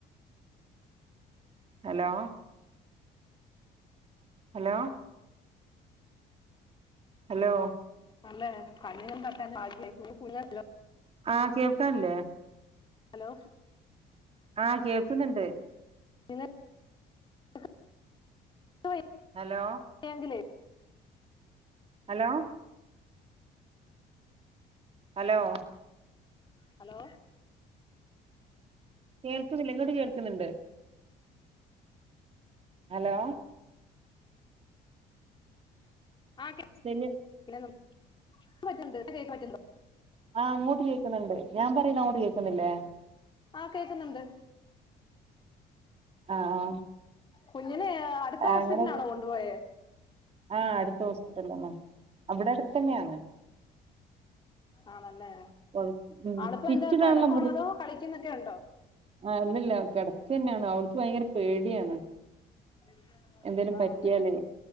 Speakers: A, on the right (about 35°); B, on the left (about 30°).
A: ഹലോ ഹലോ ഹലോ
B: അല്ലെ കണ്ണിനും തട്ടാഞ്ഞ ഭാഗ്യമായി കുഞ്ഞു <unintelligible>
A: ആഹ് കേൾക്കാനില്ലേ
B: ഹലോ
A: ആഹ് കേൾക്ക്ന്നിണ്ട്
B: <unintelligible>
A: ഹലോ
B: ഴെങ്കിലേ
A: ഹലോ ഹലോ
B: ഹലോ
A: കേൾക്കുന്നില്ലേ ഇങ്ങോട്ട് കേൾക്കുന്നിണ്ട് ഹലോ
B: ആഹ് കേ
A: <unintelligible>
B: <unintelligible>
A: ആഹ് അങ്ങോട്ട് കേക്ക്ന്നെണ്ട് ഞാൻ പറയുന്ന അങ്ങോട്ട് കേക്കുന്നില്ലേ
B: ആഹ് കേക്ക്ന്നെണ്ട്
A: ആഹ് ആഹ്
B: കുഞ്ഞിനേ അടുത്ത ഹോസ്പിറ്റൽലാണോ
A: അങ്ങനെ
B: കൊണ്ടുപോയേ
A: ആഹ് അടുത്ത ഹോസ്പിറ്റലന്നെ അവിടെ അടുത്ത് തന്നെയാണ്
B: ആണല്ലേ
A: ഉം
B: ആളിപ്പോ
A: സ്റ്റിച്ചിടാനുള്ള
B: എന്താ കിടക്കുവാണോ അതോ കളി ക്കുന്നൊക്കെ ഒണ്ടൊ
A: ആഹ് അല്ലല്ലാ കിടക്ക് തന്നെയാണ് അവൾക്ക് ഭയങ്കര പേടിയാണ്
B: <inaudible>
A: എന്തേലും
B: ആണല്ലേ
A: പറ്റിയാലേ